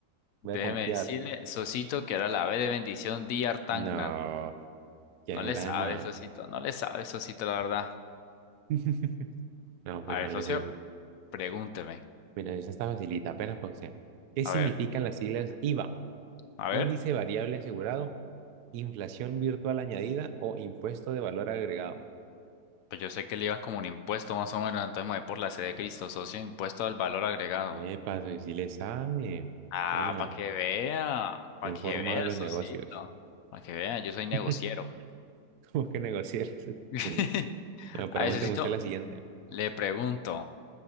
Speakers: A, on the left; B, on the right.
A: Déjeme
B: Voy a confiar.
A: decirle, socito, que era la B de bendición, D. Artagnan.
B: No, ¿quién
A: No le
B: es la
A: sabe,
B: demás?
A: socito, no le sabe, socito, la verdad.
B: <laughs> No, pues
A: A
B: no
A: ver,
B: le
A: socio,
B: sé.
A: pregúnteme.
B: Mira, esa está facilita, apenas para usted. ¿Qué significan
A: A ver,
B: las siglas IVA?
A: a
B: Índice
A: ver.
B: variable asegurado, inflación virtual añadida o impuesto de valor agregado.
A: Pues yo sé que el IVA es como un impuesto más o menos, entonces me voy por la C de Cristo, socio, impuesto al valor agregado.
B: Epa, si le sabe.
A: Ah,
B: Bueno,
A: para que vea, para
B: está informado
A: que vea,
B: de los
A: socito,
B: negocios.
A: para que vea, yo soy negociero.
B: <laughs> Cómo que negociar.
A: <laughs>
B: <laughs> No, pregúnteme
A: A ese sitio
B: usted la siguiente.
A: le pregunto,